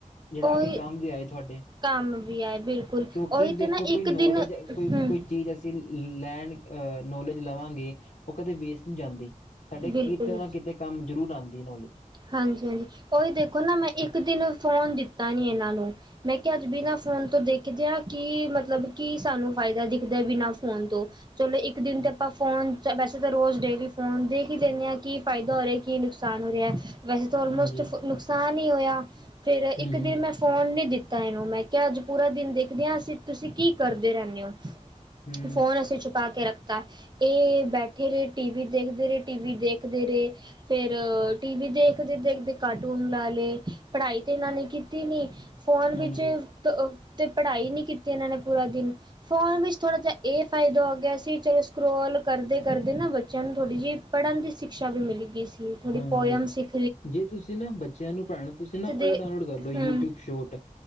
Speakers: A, on the left; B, on the right.
A: ਜੇਹੜਾ
B: ਉਹੀ
A: ਅਗੇ ਕੰਮ ਵੀ ਆਏ ਤੁਹਾਡੇ।
B: ਕੰਮ ਵੀ ਆਏ ਬਿਲਕੁਲ,
A: ਕਿਉਂਕਿ
B: ਓਹੀ
A: ਦੇਖੋ
B: ਤੇ ਨਾ
A: ਕੋਈ
B: ਇੱਕ
A: ਨੌਲੇਜ
B: ਦਿਨ,
A: ਕੋਈ
B: ਹੂੰ
A: ਕੋਈ ਚੀਜ਼ ਅਸੀਂ ਲੈਣ ਅ ਨੋਲੇਜ ਲਵਾਂਗੇ, ਓਹ ਕਦੇ ਵੇਸਟ ਨੀ ਜਾਂਦੀ। ਸਾਡੇ
B: ਬਿਲਕੁਲ
A: ਕਿਤੇ ਨਾ ਕਿਤੇ ਕੰਮ ਜ਼ਰੂਰ ਆਂਦੀ ਏ ਨੋਲੇਜ।
B: ਹਾਂਜੀ-ਹਾਂਜੀ ਓਹੀ ਦੇਖੋ ਨਾ ਮੈਂ ਇੱਕ ਦਿਨ ਫੋਨ ਦਿੱਤਾ ਨੀ ਐਹਨਾਂ ਨੂੰ। ਮੈਂ ਕੇਹਾ ਅੱਜ
A: ਹਾਂਜੀ
B: ਬਿਨਾ ਫੋਨ ਤੋਂ ਦੇਖ ਦੇ ਆ ਕਿ ਮਤਲਬ ਕੀ ਸਾਨੂੰ ਫਾਇਦਾ ਦਿਖਦੈ ਬਿਨਾਂ ਫੋਨ ਤੋਂ, ਚਲੋ ਇੱਕ ਦਿਨ ਚ
A: ਹਾਂਜੀ
B: ਆਪਾਂ ਫੋਨ ਤਾਂ ਵੈਸੇ ਤਾਂ ਰੋਜ਼ ਡੇਲੀ ਫੋਨ ਦੇਖ ਹੀ ਲੈਂਣੇ ਆਂ ਕੀ ਫਾਇਦਾ ਹੋ ਰੇਐ ਕੀ ਨੁਕਸਾਨ ਹੋ ਰੇਐ। ਵੈਸੇ ਤਾਂ ਆਲਮੋਸਟ
A: ਹਾਂਜੀ
B: ਫੋ ਨੁਕਸਾਨ ਈ ਔਇਆ, ਫੇਰ
A: ਹਮ
B: ਇੱਕ
A: ਹਮ
B: ਦਿਨ ਮੈਂ ਫੋਨ ਨੀ ਦਿੱਤਾ ਇਹਨੂੰ ਮੈਂ ਕੇਹਾ ਅੱਜ ਪੂਰਾ ਦਿਨ ਦੇਖਦੇ ਹਾਂ ਅਸੀਂ, ਤੁਸੀਂ ਕੀ ਕਰਦੇ ਰਹਿੰਣੇ ਓ।
A: ਹਮ
B: ਫੋਨ ਅਸੀਂ ਛੁਪਾ ਕੇ ਰੱਖਤਾ। ਏਹ ਬੈਠੇ ਰਏ ਟੀ ਵੀ ਦੇਖਦੇ ਰਏ, ਟੀ ਵੀ ਦੇਖਦੇ ਰਏ, ਫੇਰ ਟੀ ਵੀ ਦੇਖ ਕਦੇ ਦੇਖਦੇ ਕਾਰਟੂਨ ਲਾ ਲਏ, ਪੜ੍ਹਾਈ ਤੇ ਇਹਨਾਂ ਨੇ ਕੀਤੀ ਨੀ ਫੋਨ
A: ਹਾਂਜੀ
B: ਵਿੱਚ ਤ ਅ ਤੇ ਪੜ੍ਹਾਈ ਨੀ ਕੀਤੀ ਇਹਨਾਂ ਨੇ ਪੂਰਾ ਦਿਨ ਫ਼ੋਨ ਵਿੱਚ ਥੋੜ੍ਹਾ ਜੇਹਾ ਏਹ ਫਾਇਦਾ ਹੋ ਗਿਆ ਸੀ ਚਲੋ ਸਕਰੋਲ ਕਰਦੇ-ਕਰਦੇ ਨਾ ਬੱਚਿਆਂ ਨੂੰ ਥੋੜ੍ਹੀ ਜਿਹੀ ਪੜ੍ਹਨ ਦੀ ਸ਼ਿਕਸ਼ਾ ਵੀ ਮਿਲ ਗਈ ਸੀ ਥੋੜੀ
A: ਹਾਂਜੀ
B: ਪੋਇਮ ਸਿਖ
A: ਜੇ ਤੁਸੀਂ ਨਾ ਬੱਚਿਆਂ ਨੂੰ ਪੜ੍ਹਾਣਾ, ਤੁਸੀਂ ਨਾ ਓਹ
B: ਦੇ
A: ਡਾਊਨਲੋਡ ਕਰ ਲਓ ਯੂਟਿਊਬ
B: ਹਮ
A: ਸ਼ੋਟ।